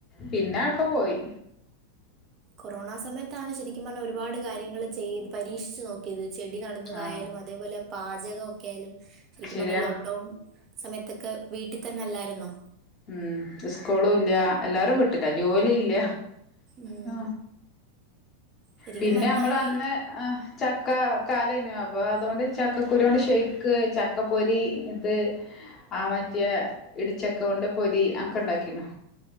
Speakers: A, on the left; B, on the right.
A: പിന്ന ക്കെ പോയി
B: കൊറോണ സമയത്താണ് ശരിക്കും പറഞ്ഞാൽ ഒരുപാട് കാര്യങ്ങള് ചെയ്ത് പരീക്ഷിച്ചു നോക്കിയത് ചെടി ന ട്ന്നതായാലും
A: ആഹ്
B: അതേപോലെ പാചകം ഒക്കെ ആയാലും ശരിക്കും
A: ശരിയാ
B: പറഞ്ഞാൽ ലോക്ക്ഡൗൺ സമയത്തൊക്കെ വീട്ടിൽ തന്നെ അല്ലായിരുന്നോ
A: ഉം ഉസ്കൂളും ഇല്ല എല്ലാരും വീട്ടില്ല ജോലി ഇല്ല
B: ഉം
A: ങാ
B: ശരിക്കും
A: പിന്നെ
B: പറഞ്ഞാ
A: നമ്മൾ അന്ന്
B: ഈ
A: ആഹ് ചക്ക കാലേനു അപ്പൊ അതുകൊണ്ട് ചക്കക്കുരു കൊണ്ട് ഷെയ്ക്ക് ചക്ക പൊരി ഇത് ആ മാറ്റിയ ഇടിച്ചക്ക കൊണ്ട് പൊരി അക്കെ ഉണ്ടാക്കിണ്